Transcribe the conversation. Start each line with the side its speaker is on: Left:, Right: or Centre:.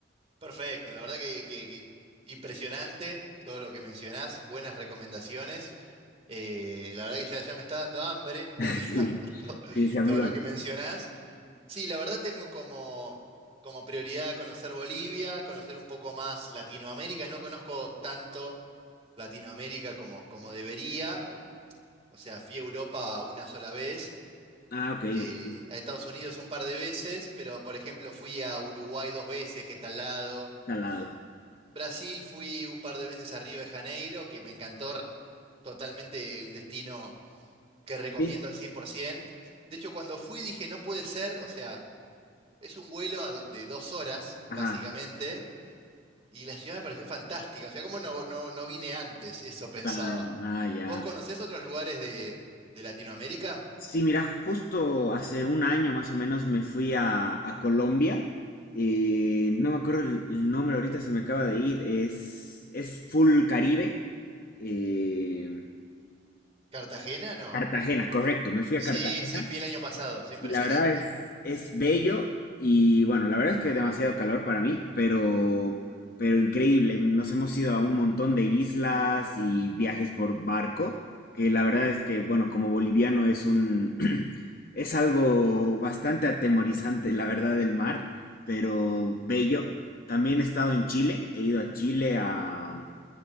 Right: Perfecto, la verdad que, que- que impresionante todo lo que mencionás, buenas recomendaciones. Eh, la verdad que ya, ya me está dando hambre con
Left: Sí,
Right: <laughs> to-
Left: sí, sí, amigo.
Right: todo lo que mencionás. Sí, la verdad tengo como, como prioridad conocer Bolivia, conocer un poco más Latinoamérica. No conozco tanto Latinoamérica como, como debería. O sea, fui a Europa una sola vez,
Left: Ah, ok,
Right: eh,
Left: ok.
Right: a Estados Unidos un par de veces, pero por ejemplo fui a Uruguay dos veces, que está al lado.
Left: Salado.
Right: Brasil fui un par de veces a Río de Janeiro, que me encantó r- totalmente, un destino que recomiendo
Left: Sí.
Right: al 100%. De hecho, cuando fui dije, no puede ser, o sea, es un vuelo a do- de dos horas,
Left: Ajá.
Right: básicamente, y la ciudad me pareció fantástica, o sea, ¿cómo no, no, no vine antes? Eso pensaba.
Left: Ah, ah, ya.
Right: ¿Vos conocés otros lugares de, de Latinoamérica?
Left: Sí, mira, justo hace un año más o menos me fui a, a Colombia. eh, no me acuerdo el, el nombre, ahorita se me acaba de ir. Es, es Full Caribe. eh,
Right: ¿Cartagena? No.
Left: Cartagena, correcto. Me fui a
Right: Sí,
Left: Cartagena.
Right: sí, fui el año pasado, es impresionante.
Left: Y la verdad es, es bello y bueno, la verdad es que demasiado calor para mí, pero, pero increíble. Nos hemos ido a un montón de islas y viajes por barco, que la verdad es que, bueno, como boliviano es un, <clears throat> es algo bastante atemorizante, la verdad, del mar, pero bello. También he estado en Chile, he ido a Chile a,